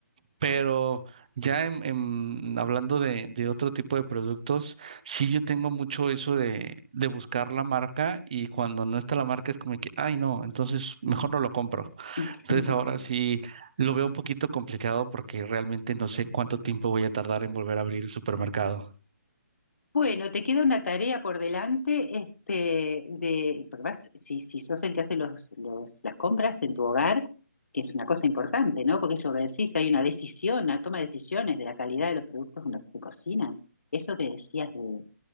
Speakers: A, on the right (about 25°); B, on the left (about 60°).
A: Pero ya en, en- hablando de, de otro tipo de productos, sí yo tengo mucho eso de, de buscar la marca y cuando no está la marca es como que, ay no, entonces mejor no lo compro.
B: <laughs>
A: Entonces ahora sí lo veo un poquito complicado porque realmente no sé cuánto tiempo voy a tardar en volver a abrir el supermercado.
B: Bueno, te queda una tarea por delante, este, de, porque vas- si, si sos el que hace los, los- las compras en tu hogar, que es una cosa importante, ¿no? Porque es lo que decís, hay una decisión, una toma de decisiones de la calidad de los productos con los que se cocinan. Eso que decías de,